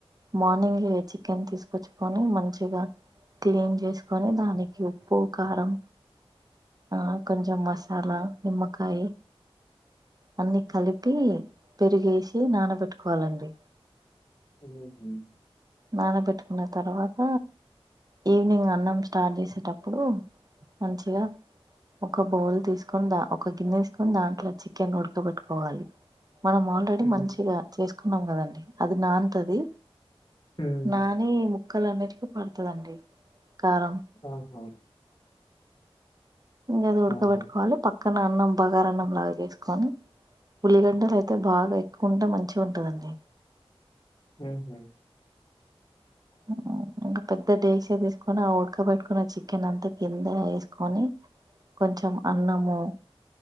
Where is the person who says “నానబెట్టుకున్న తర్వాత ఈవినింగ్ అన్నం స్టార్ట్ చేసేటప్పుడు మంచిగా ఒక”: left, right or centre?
Right